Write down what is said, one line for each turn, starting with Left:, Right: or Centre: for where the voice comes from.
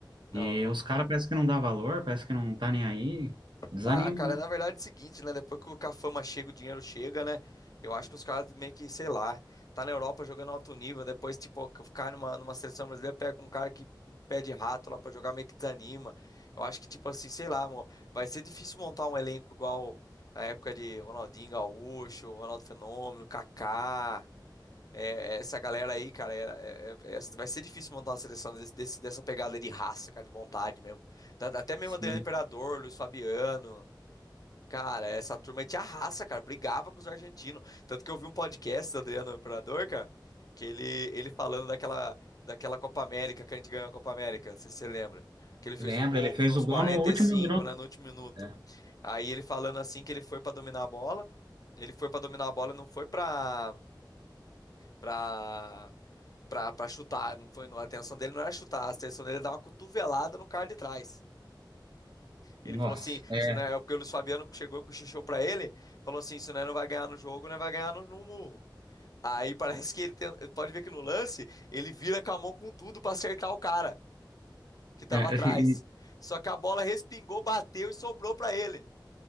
Left: Não,
Right: E
Left: não.
Right: os caras parece que não dá valor, parece que não tá nem aí, desanima,
Left: Ah, cara,
Right: né?
Left: na verdade é o seguinte, né? Depois que a fama chega, o dinheiro chega, né? Eu acho que os caras meio que, sei lá, tá na Europa jogando alto nível, depois, tipo, que ficar numa, numa seleção brasileira, pega um cara que um pé de rato lá pra jogar, meio que desanima. Eu acho que, tipo assim, sei lá, amor, vai ser difícil montar um elenco igual a época de Ronaldinho Gaúcho, Ronaldo Fenômeno, Kaká, é, essa galera aí, cara, era- é- é- é- vai ser difícil montar uma seleção desse, desse- dessa pegada de raça, cara, de vontade mesmo. Tá- Até mesmo
Right: Sim.
Left: Adriano Imperador, Luiz Fabiano. Cara, essa turma te arrasa, cara. Brigava com os argentinos. Tanto que eu vi um podcast do Adriano Imperador, cara, que ele, ele falando daquela, daquela Copa América, que a gente ganhou a Copa América, não sei se você lembra. Que ele fez
Right: Lembra,
Left: o gol
Right: ele fez
Left: nos
Right: o gol
Left: 45,
Right: no último minuto.
Left: né, no último minuto.
Right: É.
Left: Aí ele falando assim que ele foi pra dominar a bola. Ele foi pra dominar a bola, não foi pra pra para chutar, não foi, a atenção dele não era chutar, a atenção dele era dar uma cotovelada no cara de trás. Ele
Right: Nossa.
Left: falou assim,
Right: É,
Left: se não é porque o Luiz Fabiano chegou com o xixô pra ele, falou assim, se não vai ganhar no jogo, não é, vai ganhar no, no murro. Aí <laughs> parece que ele tem- pode ver que no lance ele vira com a mão com tudo pra acertar o cara que tava
Right: é,
Left: atrás.
Right: e-
Left: Só que a bola respingou, bateu e sobrou pra ele.